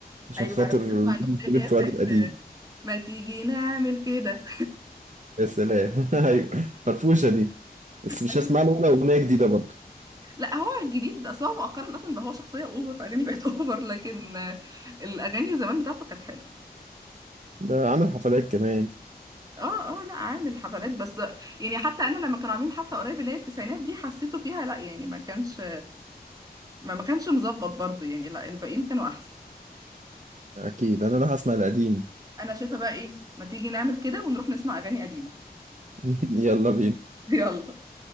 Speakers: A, on the right; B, on the right.
A: عشان
B: ايوه
A: خاطر
B: عشان نسمع الاغنيه اللي
A: نجيب
B: هي
A: فؤاد
B: بتاعت
A: القديم
B: ما تيجي نعمل كده
A: يا سلام <laughs> ايوه فرفوشه دي بس مش
B: أيوة.
A: هسمع له ولا اغنيه جديده برضه
B: لا هو الجديد اصلا هو مؤخرا اصلا بقى هو شخصيه اوفر فاغاني بقت <laughs> اوفر لكن آه، الاغاني زمان بتاعته كانت حلوه
A: ده عامل حفلات كمان
B: اه اه لا عامل حفلات بس يعني حتى انا لما كانوا عاملين حفله قريب اللي هي التسعينات دي حسيته فيها لا يعني ما كانش ما ما كانش مظبط برضو يعني لا الباقيين كانوا احسن
A: اكيد انا راح اسمع القديم
B: انا شايفه بقى ايه ما تيجي نعمل كده ونروح نسمع اغاني قديمه
A: <laughs> يلا بينا
B: <laughs> يلا